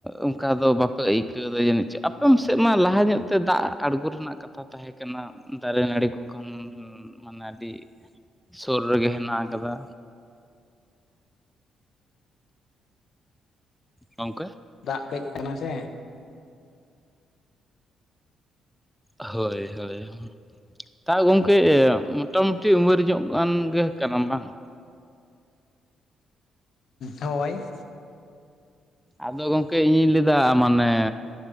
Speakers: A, in the centre; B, on the left (about 65°).
A: ᱚᱱᱠᱟ ᱫᱚ ᱵᱟᱯᱮ ᱟᱹᱭᱠᱟᱹᱣ ᱫᱟ ᱡᱟᱱᱤᱡ ᱪᱚ ᱟᱯᱮ ᱥᱮᱫ ᱢᱟ ᱞᱟᱦᱟ ᱧᱚᱜ ᱛᱮ ᱫᱟᱜ ᱟᱬᱜᱩ ᱨᱮᱱᱟᱜ ᱠᱟᱛᱷᱟ ᱛᱟᱦᱮᱸ ᱠᱟᱱᱟ ᱫᱟᱨᱮ ᱱᱟᱲᱤ ᱠᱚ ᱠᱷᱚᱱ ᱢᱟᱱᱮ ᱟᱰᱤ ᱥᱳᱨ ᱨᱮᱜᱮ ᱦᱮᱱᱟᱜ ᱟᱠᱟᱫᱟ ᱜᱚᱝᱠᱮ
B: ᱫᱟᱜ ᱠᱟᱹᱡ ᱠᱟᱱᱟ ᱥᱮ
A: ᱦᱳᱭ ᱦᱳᱭ ᱛᱟ ᱜᱚᱝᱠᱮ ᱢᱚᱴᱟᱢᱩᱴᱤ ᱩᱢᱮᱨ ᱧᱚᱜ ᱜᱟᱱ ᱜᱮ ᱠᱟᱱᱟᱢ ᱵᱟᱝ
B: ᱦᱚᱭ
A: ᱟᱫᱚ ᱜᱚᱝᱠᱮ ᱤᱧᱤᱧ ᱞᱟᱹᱭᱫᱟ ᱢᱟᱱᱮ